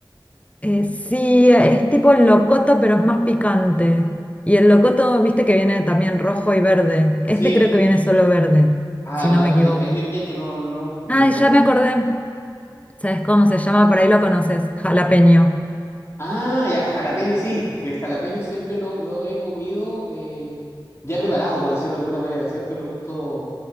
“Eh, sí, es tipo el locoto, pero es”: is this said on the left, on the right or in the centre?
Left